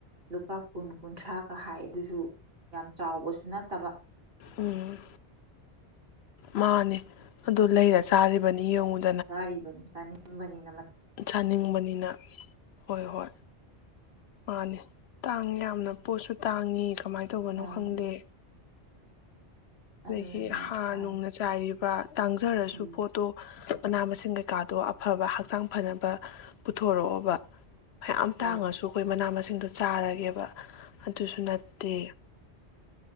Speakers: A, on the right (about 60°); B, on the left (about 70°).
A: ꯂꯨꯄꯥ ꯀꯨꯟ ꯀꯨꯟꯊ꯭ꯔꯥꯒ ꯍꯥꯏ ꯑꯗꯨꯁꯨ ꯌꯥꯝ ꯆꯥꯎꯕꯁꯨ ꯅꯠꯇꯕ
B: ꯎꯝ ꯃꯥꯅꯦ ꯑꯗꯨ ꯂꯩꯔ ꯆꯥꯔꯤꯕꯅꯤ ꯌꯦꯡꯉꯨꯅꯦ
A: ꯇꯥꯔꯤꯕ ꯆꯅꯤꯡꯕꯅꯤꯅ
B: ꯆꯥꯅꯤꯡꯕꯅꯤꯅ ꯍꯣꯏ ꯍꯣꯏ ꯃꯥꯅꯦ ꯇꯥꯡꯉꯤ ꯌꯥꯝꯅ ꯄꯣꯠꯁꯨ ꯇꯥꯡꯉꯤ ꯀꯃꯥꯏꯅ ꯇꯧꯕꯅꯣ
A: ꯇꯥꯡꯉꯤ
B: ꯈꯪꯗꯦ ꯑꯗꯒꯤ
A: ꯑꯗꯨꯅꯅꯦ
B: ꯍꯥꯔ
A: ꯍꯥꯏꯗꯤ
B: ꯅꯨꯡꯅ ꯆꯥꯏꯔꯤꯕ ꯇꯥꯡꯖꯔꯁꯨ
A: ꯎꯝ
B: ꯄꯣꯠꯇꯣ ꯃꯅꯥ ꯃꯁꯤꯡ ꯀꯩꯀꯥꯗꯣ ꯑꯐꯕ ꯍꯛꯆꯥꯡ ꯐꯅꯕ ꯄꯨꯊꯣꯔꯛꯑꯣꯕ ꯃꯌꯥꯝ
A: ꯍꯣꯏ
B: ꯇꯥꯡꯉꯁꯨ ꯑꯩꯈꯣꯏ ꯃꯅꯥ ꯃꯁꯤꯡ ꯁꯤꯡꯗꯣ ꯆꯥꯔꯒꯦꯕ ꯑꯗꯨꯁꯨ ꯅꯠꯇꯦ